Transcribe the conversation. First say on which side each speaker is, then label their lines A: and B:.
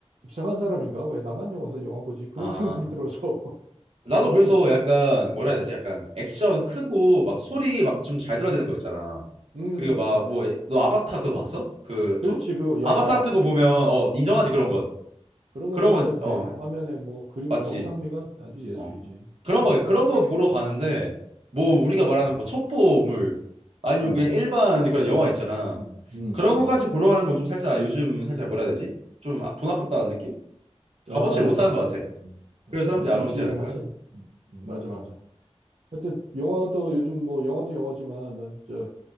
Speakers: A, on the right (about 80°); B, on the right (about 65°).
A: 이상한 사람인가? 왜 나만 영화 가서 영화 보지? 그런
B: 어아
A: 생각이 들어서, <laughs>
B: 나도 그래서
A: 좀,
B: 약간 뭐라 해야 되지? 약간 액션 크고 막 소리
A: 음.
B: 막 좀 잘 들어야 되는 거 있잖아.
A: 음,
B: 그리고 막 뭐
A: 음.
B: 너 아바타 그거 봤어? 그
A: 그렇지,
B: 투?
A: 그,
B: 아바타
A: 야,
B: 같은
A: 그거는
B: 거 보면
A: 진짜,
B: 어 인정하지
A: 어,
B: 그런 건.
A: 그런
B: 그런
A: 건 진짜
B: 건
A: 대형
B: 어
A: 화면에 뭐, 그림,
B: 맞지.
A: 영상미가 아주 예술이지.
B: 어 그런
A: 음,
B: 거 그런 거 보러 가는데 뭐 우리가 말하는
A: 음.
B: 뭐 첩보물 아니면
A: 음,
B: 그냥 일반 그런 영화 있잖아.
A: 음, 음.
B: 그런 거까지 보러 가는 건 좀 살짝 요즘 살짝 뭐라 해야 되지? 좀 아, 돈 아깝다는 느낌?
A: 음.
B: 값어치를
A: 아, 맞아,
B: 못 하는
A: 맞아.
B: 것 같아.
A: 음, 영,
B: 그래서 사람들이
A: 영 찜찜하지?
B: 안 오지 않을까?
A: 음, 음, 맞아, 맞아. 하여튼 영화도 요즘 뭐 영화도 영화지만 난 저